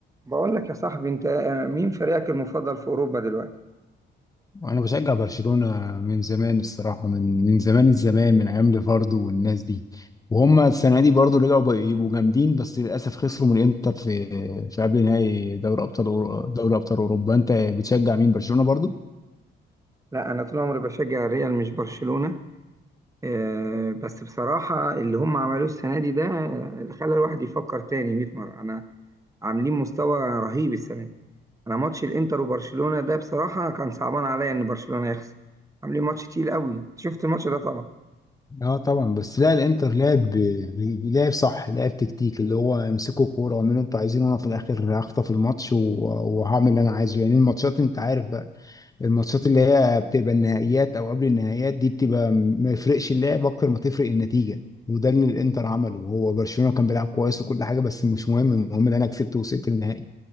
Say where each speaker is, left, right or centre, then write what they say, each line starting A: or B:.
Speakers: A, on the right; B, on the left.
A: بقول لك يا صاحبي انت آه، مين فريقك المفضل في اوروبا دلوقتي
B: انا بشجع برشلونة من زمان الصراحة من من زمان الزمان من ايام ليفاردو والناس دي وهم السنة دي برضو رجعوا بقوا يبقوا جامدين بس للاسف خسروا من الانتر في في قبل نهائي دوري ابطال أورو- دوري ابطال اوروبا انت بتشجع مين برشلونة برضو
A: لا انا طول عمري بشجع الريال مش برشلونة آه، بس بصراحة اللي هم عملوه السنة دي ده آه، اللي خلى الواحد يفكر تاني 100 مرة انا عاملين مستوى رهيب السنة دي انا ماتش الانتر وبرشلونة ده بصراحة كان صعبان عليا ان برشلونة يخسر عاملين ماتش تقيل قوي شفت الماتش ده طبعا
B: اه طبعا بس لا الانتر لعب لعب صح لعب تكتيك اللي هو امسكوا كوره واعملوا انتوا عايزين وانا في الاخر هخطف الماتش و- وهعمل اللي انا عايزه يعني الماتشات انت عارف الماتشات اللي هي بتبقى النهائيات او قبل النهائيات دي بتبقى م- ما يفرقش اللعب اكتر ما تفرق النتيجه وده اللي الانتر عمله وهو برشلونه كان بيلعب كويس وكل حاجه بس مش مهم المهم ان انا كسبت ووصلت للنهائي